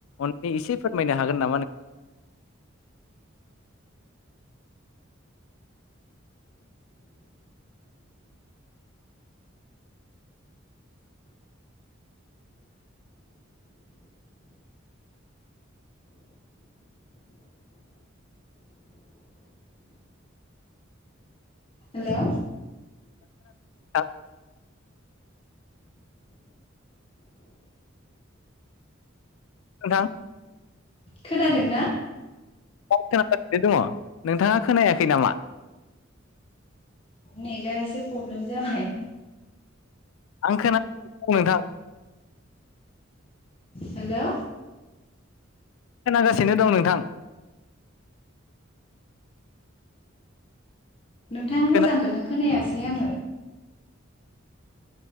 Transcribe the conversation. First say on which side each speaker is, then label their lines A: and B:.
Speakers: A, on the left (about 80°); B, on the left (about 30°).
A: अननै एसे फोरमायनो हागोन नामा नों?
B: हेलौ।
A: नोंथां नोंथां।
B: खोनादोंना?
A: औ खोनागासिनो दङ ।नोंथाङा खोनायाखै नामा?
B: नेदा इसे प्रब्लेम जाबाय।
A: आं खोना गासिनो दं नोंथां।
B: हेलौ।
A: खोनागासिनो दं नोंथां।
B: नोंथां मोजांखोनो
A: खोना
B: खोनायास दि आङो।